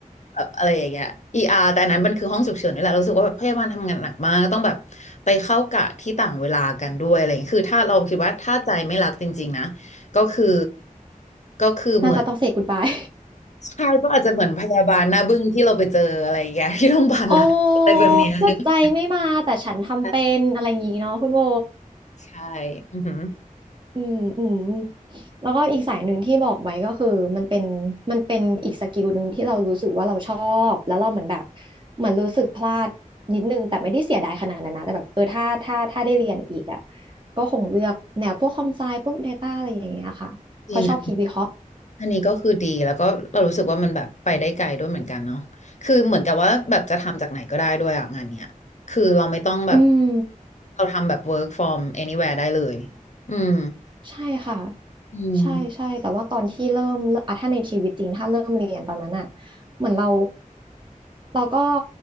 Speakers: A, on the left; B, on the right.
A: แบบอะไรอย่างเงี้ย ER แต่อันนั้นมันคือห้องฉุกเฉินนี่แหละเรารู้สึกว่าแบบพยาบาลทำงานหนักมากต้องแบบไปเข้ากะที่ต่างเวลากันด้วยอะไรอย่างเงี้ยคือถ้าเราคิดว่าถ้าใจไม่รักจริงๆนะก็คือก็คือเหมือน
B: น่าจะต้องเ a y ก o ดบาย
A: ใช่ก็อาจจะเหมือนพยาบาลหน้าบึ้งที่เราไปเจออะไรอย่างเงี้ย <laughs> ที่โรงพยาบาลรัฐอะไรแบบเนี้ยนึกว่า
B: <laughs> โอ้แบบใจไม่มาแต่ฉันทำเป็นอะไรอย่างงี้เนาะคุณโบ
A: ใช่ใช่อือหือ
B: อืมอืมแล้วก็อีกสายหนึ่งที่บอกไว้ก็คือมันเป็นมันเป็นอีกสกิลหนึ่งที่เรารู้สึกว่าเราชอบแล้วเราเหมือนแบบเหมือนรู้สึกพลาดนิดนึงแต่ไม่ได้เสียดายขนาดนั้นนะแต่แบบเออถ้าถ้าถ้าได้เรียนอีกอ่ะก็คงเลือกแนวพวกคอมไซพวก Data อะไรอย่างเงี้ยค่ะเพราะชอบคิดวิเคราะห์
A: จริง อันนี้ก็คือดีแล้วก็เรารู้สึกว่ามันแบบไปได้ไกลด้วยเหมือนกันเนาะคือเหมือนกับว่าแบบจะทำจากไหนก็ได้ด้วยอะงานเนี้ย คือเราไม่ต้องแบบ
B: อืม
A: เราทำแบบ work from anywhere ได้เลย อืม
B: ใช่ค่ะ
A: อืม
B: ใช่ใช่แต่ว่าตอนที่เริ่มอ่ะถ้าในชีวิตจริงถ้าเริ่มเรียนตอนนั้นอ่ะเหมือนเราเราก็